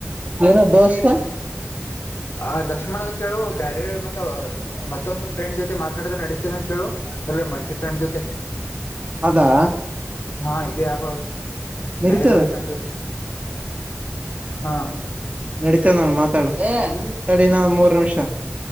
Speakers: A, on the right; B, on the left.
A: ಮರ ದೋಸ್ತ
B: ಆ ಲಕ್ಷ್ಮಣಗ ಕೇಳುವ ಬ್ಯಾರೆ ಮ ಮತ್ತೊಂದು ಫ್ರೆಂಡ್ ಜೊತೆ ಮಾ ನಾಡ್ರೆ ನಡೀತಾನೋ ಕೇಳು ಒಳ್ಳೆ ಮಲ್ಟಿ ಫ್ರೆಂಡ್ ಜೊತೆ
A: ಅದಾ
B: ಹಾ ಇಡಿಯ ಬ್ರೊ
A: ನಡೀತದ
B: ಬೇರೆ ಬೇರೆ ಫ್ರೆಂಡ್ ಜೊತೆ ಹಾ
A: ನಡಿತನ್ ಅವ್ನು ಮಾತಾಡು ತಡಿನ ಮೂರ್ ನಿಮಿಷ.